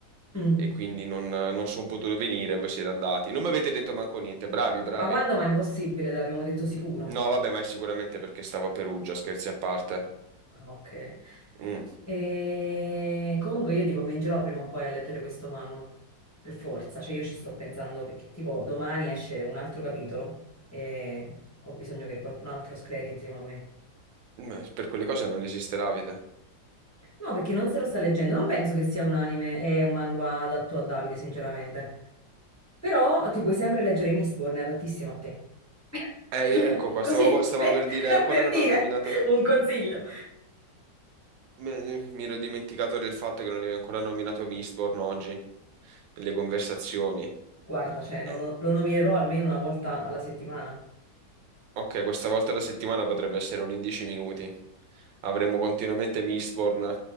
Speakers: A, on the left; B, on the right.
A: Mm.
B: e quindi non, non sono potuto venire, voi siete andati. Non mi avete detto manco niente, bravi, bravi.
A: Ma quando? Ma è impossibile, te l'abbiamo detto sicuro.
B: No, vabbè, ma è sicuramente perché stavo a Perugia, scherzi a parte.
A: Ok.
B: Mm,
A: E comunque io ti convincerò prima o poi a leggere questo manual, per forza, cioè io ci sto pensando perché tipo domani esce un altro capitolo e ho bisogno che qualcun altro scleri insieme a me.
B: mm, Per quelle cose non esisterà vita.
A: No, perché non se lo sta leggendo, non penso che sia un anime e un manhwa adatto a Davide, sinceramente. Però ti puoi sempre leggere Mistborn, è adattissimo a te.
B: Eh,
A: <laughs> Cioè,
B: ecco qua,
A: così,
B: stavo, stavo
A: per,
B: per dire,
A: <laughs>
B: ancora
A: per
B: non
A: dire
B: ho nominato.
A: un consiglio.
B: Me- mi ero dimenticato del fatto che non avevi ancora nominato Mistborn oggi, nelle conversazioni.
A: Guarda, cioè, non
B: Eh,
A: lo, lo nominerò almeno una volta alla settimana.
B: ok, questa volta la settimana potrebbe essere un 11 minuti. Avremo continuamente Mistborn.